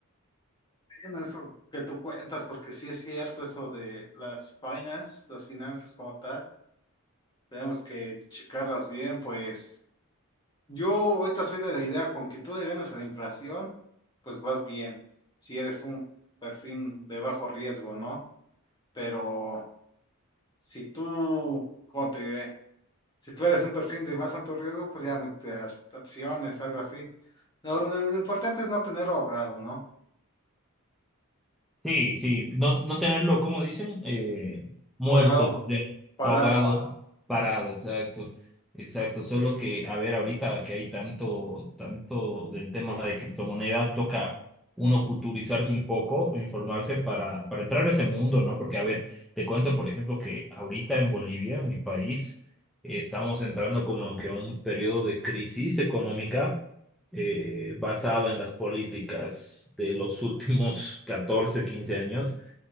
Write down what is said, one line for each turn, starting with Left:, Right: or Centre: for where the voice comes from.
Left: Bueno, eso que tú cuentas, porque sí es cierto eso de las finanzas, las finanzas como tal, tenemos que checarlas bien, pues yo ahorita soy de la idea, con que tú le ganes a la inflación, pues vas bien, si eres un perfil de bajo riesgo, ¿no? Pero si tú, ¿cómo te diré? Si tú eres un perfil de más alto riesgo, pues ya mete hasta acciones, algo así. Lo, lo lo importante es no tenerlo ahorrado, ¿no?
Centre: Sí, sí, no, no tenerlo, como dicen, eh, muerto,
Left: Ahorrado
Centre: ya,
Left: parado.
Centre: ahogado, Parado. parado, exacto, exacto. Solo que, a ver, ahorita que hay tanto, tanto del tema de criptomonedas, toca uno culturizarse un poco, informarse para, para entrar a ese mundo, ¿no? Porque, a ver, te cuento, por ejemplo, que ahorita en Bolivia, en mi país, estamos entrando como que a un periodo de crisis económica eh, basado en las políticas de los últimos 14 15 años.